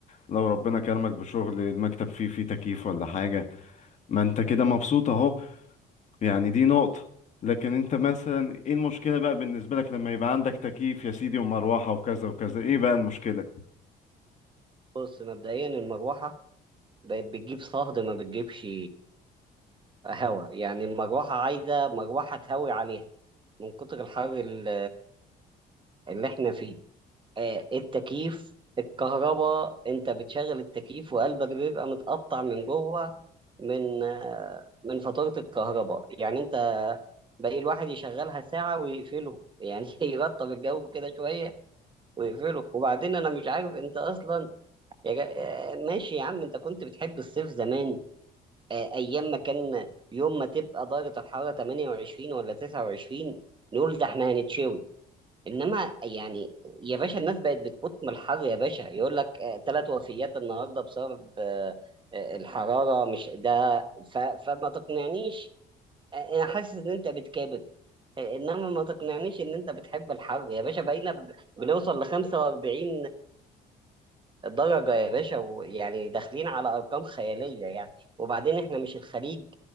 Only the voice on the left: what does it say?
لو ربنا كرمك بشغل المكتب فيه فيه تكييف ولا حاجة ما انت كده مبسوط اهو يعني دي نقطة لكن انت مثلا ايه المشكلة بقى بالنسبة لك لما يبقى عندك تكييف يا سيدي ومروحة وكذا وكذا ايه بقى المشكلة